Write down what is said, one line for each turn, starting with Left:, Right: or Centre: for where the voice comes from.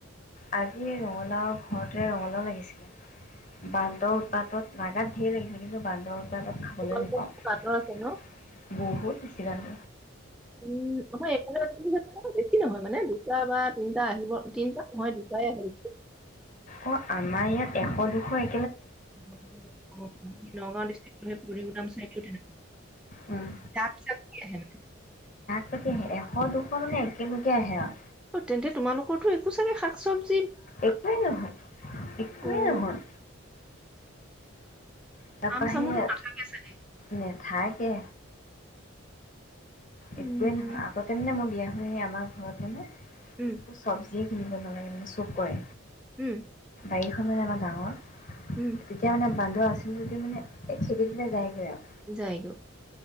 Left: আজি ৰঙালাও ঘৰতে ৰঙালাও লাগিছিলে বানদৰ উৎপাতত লাগাত ঢেৰ লাগিছে কিন্তু বান্দৰ কিবা খাবলৈ
Centre: তোমালোকৰ
Left: নাপাওঁ
Centre: বান্দৰ আছে ন?
Left: বহুত ইছৰাম
Centre: উম, আমাৰ এইফালে বেছি নহয় মানে দুটা বা তিনিটা আহিব তিনটা মই দুটাই আহে বেছি
Left: অ আমাৰ ইয়াত এশ দু হয়
Centre: <unintelligible> নগাঁও ডিষ্ট্ৰত
Left: উম,
Centre: তা পিছত কি আহে নো
Left: তাকেহে এশ দুশ মানে একেলগে আহে আৰু
Centre: অ তেন্তে তোমালোকৰতো একো চাগে শাক চব্জি
Left: একোৱেই নহয় একোৱেই
Centre: অ'
Left: নহয় তা
Centre: আম
Left: পা
Centre: চামোতো
Left: হেয়া
Centre: নাথাকে চাগে?
Left: নাখাই তাকে
Centre: উম,
Left: একোৱে নহয় আগতে মানে মই বিয়া এই আমাৰ ঘৰত মানে
Centre: উম,
Left: একো চব্জি যি কিনিব নালাগে মই চব কৰে
Centre: উম
Left: গাড়ীখননে আমাৰ ডাঙৰ
Centre: উম,
Left: তিতিয়া মানে বান <unintelligible> আছিল যদি মানে এই খেদি দিলে যায়গৈ আৰু
Centre: যাইগ'